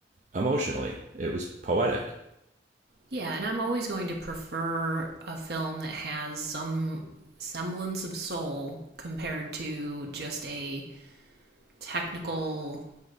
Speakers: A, on the right; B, on the right.
A: emotionally. It was poetic.
B: Yeah, and I'm always going to prefer a film that has some semblance of soul compared to just a technical